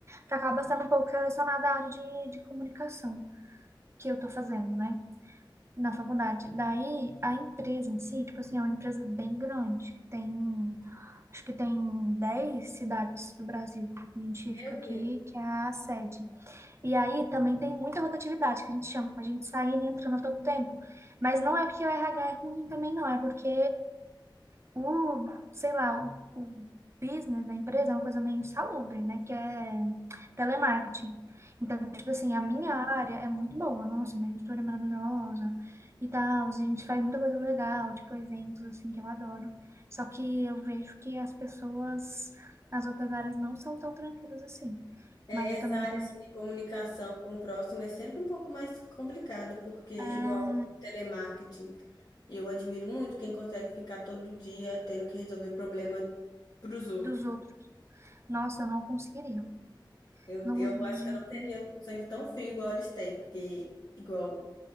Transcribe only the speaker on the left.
Meu
Deus.
É,
essa
área
assim, de comunicação com o próximo é sempre um pouco mais complicada, porque,
igual telemarketing, eu admiro muito quem consegue ficar todo dia tendo que resolver problema pros outros.
Eu,
eu
acho
que eu
não teria
um sangue tão frio igual eles têm, porque, igual,